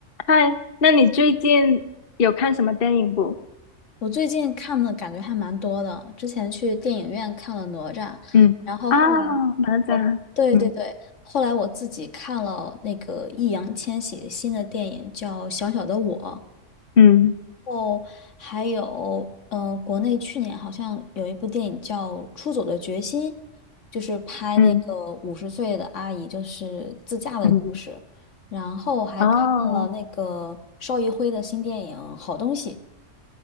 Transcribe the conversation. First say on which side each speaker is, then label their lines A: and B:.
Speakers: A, on the left (about 50°); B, on the left (about 65°).
A: 嗨，那你最近有看什么电影不？
B: 我最近看的感觉还蛮多的，之前去电影院看了《哪吒》，
A: 嗯，
B: 然后后来，
A: 啊，哪吒，
B: 对对对，
A: 嗯
B: 后来我自己看了那个易烊千玺新的电影叫《小小的我》，
A: 嗯
B: 哦，还有，嗯、国内去年好像有一部电影叫《出走的决心》，就是拍那个五十岁的阿姨就是自驾的故事，
A: 嗯嗯，
B: 然后还看了那个邵艺辉的新电影《好东西》。
A: 哦，